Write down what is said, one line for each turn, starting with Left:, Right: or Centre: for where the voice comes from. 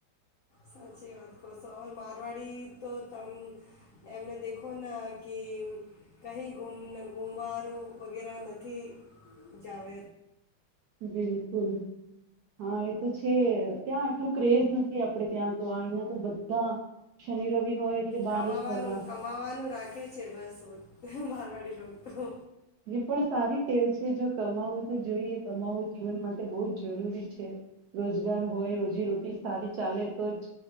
Left: સાચી વાત કહ છો મારવાડી તો તમે એમને દેખો ને કે કઈ ગુમ ગુમવારો વગેરે નથી જાવ
Right: બિલકુલ હા એ તો છે, ત્યાં એટલું ક્રેઝ નથી આપડે ત્યાં તો આ અહિયાં તો બધા શનિ રવિ. હોય એટલે બહાર
Left: કમાવાનું
Right: જ ફરવા
Left: કમાવાનું રાખે છે, બસ. મારવાડી લોકો તો
Right: એ પણ સારી ટેવ છે, જો કમાું તો જોઈએ કમાવું જીવન માટે બહ જ જરૂરી છે, રોજ. રોજગાર હોય રોજી રોટી સારી. ચાલે તો જ